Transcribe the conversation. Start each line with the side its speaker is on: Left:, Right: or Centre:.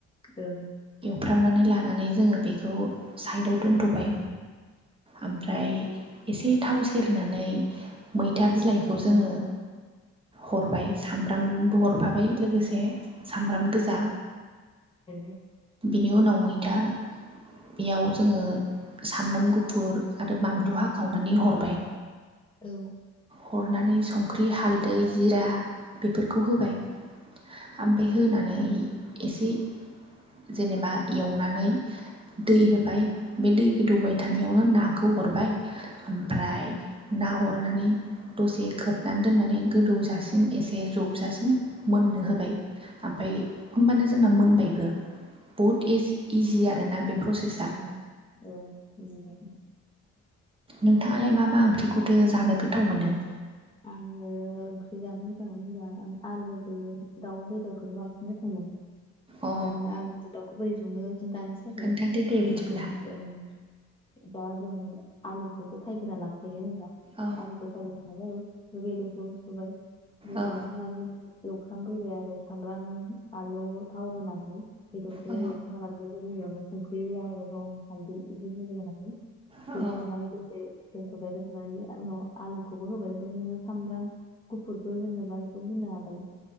Left: औ
Right: फ्रामनानै लानानै जोङो बेखौ साइदाव दोनथ'बाय ओमफ्राय एसे थाव सेरनानै मैथा बिलाइखौ जोङो हरबाय सामब्रामबो हरफाबाय लोगोसे सामब्राम गोजा
Left: औ
Right: नि उनाव मैथा बेयाव जोङो सामब्राम गुफुर आरो बानलु हाखावनानै हरबाय।
Left: औ
Right: हरनानै संख्रि हालदै जिरा बिफोरखौ होबाय। ओमफ्राय होनानै एसे जेनेबा एवनानै दै होबाय बे दै गोदौबाय थानायावनो नाखौ हरबाय। ओमफ्राय ना हरनानै दसे खोबनानै दोननानै गोदौ जासिम एसे जोबजासिम मोननो होबाय ओमफ्राय होमबानो जोंना मोनबायबो। बहुत इजि आरोना बे प्रसेसा
Left: उम उम औ
Right: नोंथाङालाय मा मा ओंख्रिखौथो जानो गोथाव मोनो।
Left: आङो मा मा ओंख्रि जानो मोजां‌ मोनो होनबा आं आलुजों दाउ बेदरखौनो बांसिन गोथाव मोनो।
Right: अ
Left: आलुजों दाउखौ बोरै सङो खिन्थानोसै आरो
Right: खोन्थादो दे बिदिब्ला
Left: ओ ओ दा जों आलुखौथ' सायगोरना लाखायो ना
Right: औ
Left: आलुखौ सायगोरना लाबाय। बेदरखौ सुबाय बेदरखौ
Right: औ
Left: सुनानै एवफ्राम फैबाय आरो सामब्राम आलु थाव होनानै बेदरखौ
Right: औ
Left: एवफ्रामना लाग्रोबाय। गिबियावनो संख्रि आरो रं हालदै बिदि होग्रोनानै
Right: औ
Left: एवफ्रमनानै
Right: औ
Left: दसे दोन्थ'बाय दोनथ'नानै उनाव आलुखौबो होबाय नो सामब्राम गुफुरफोर होनोबा बेखौ होनो हाबाय